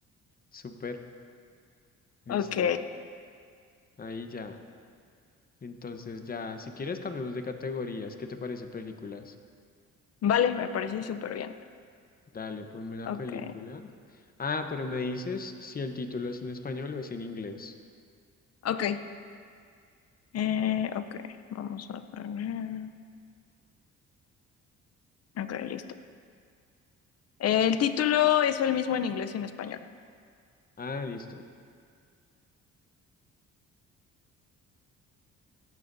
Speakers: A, on the left (about 30°); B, on the left (about 55°).
A: Súper, listo.
B: Ok.
A: Ahí ya. Entonces ya, si quieres cambiamos de categorías. ¿Qué te parece películas?
B: Vale, me parece súper bien.
A: Dale, ponme una
B: Ok,
A: película. Ah, pero me dices si el título es en español o es en inglés.
B: ok, eh, ok, vamos a poner. Ok, listo. El título es el mismo en inglés y en español.
A: Ah, listo.